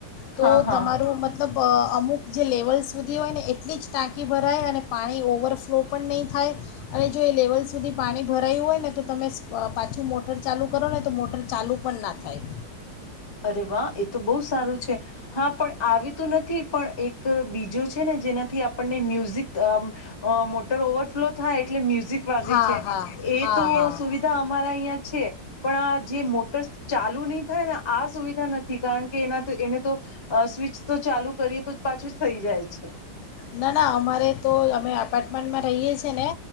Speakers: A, on the left; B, on the left.
A: તો
B: હા હા
A: તમારું મ મતલબ અમુક જે લેવલ સુધી હોય ને એટલી જ ટાંકી ભરાય અને પાણી ઓવરફ્લો પણ નહીં થાય અને જો એ લેવલ સુધી પાણી ભરાયું હોય ને તો તમે પાછું મોટર ચાલુ કરો ને તો મોટર ચાલુ પણ ના થાય.
B: અરે વા. એ તો બહુ સારું છે હા પણ આવી તો નથી પણ એક બીજો છે ને જેનાથી આપણને મ્યુઝિક અમ અ મોટર ઓવરફ્લો થાય એટલે મ્યુઝિ મ્યુઝિક વાગે
A: હા
B: છે
A: હા
B: એ
A: હા
B: તો
A: હા
B: સુવિધા અમારે અહ્યા છે. પણ અ જે મોટર ચાલુ લુણી થાણા આ સુવિધા નથી કારણ કે એના એને તો અ સ્વિચ તો ચાલુ કરીએ તો પાછું જ થઈ જાય છે.
A: ના-ના અમારે તો અમે એપાર્ટમેન્ટમાં રહીએ છીએ ને